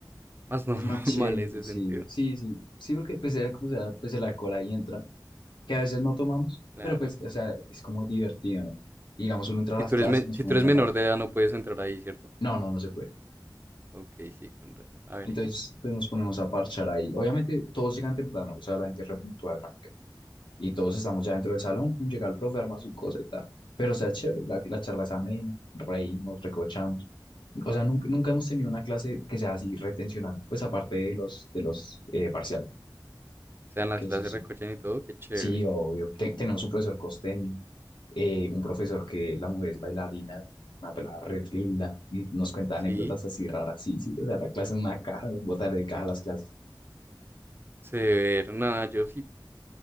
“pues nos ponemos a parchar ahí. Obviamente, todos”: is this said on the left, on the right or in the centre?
Left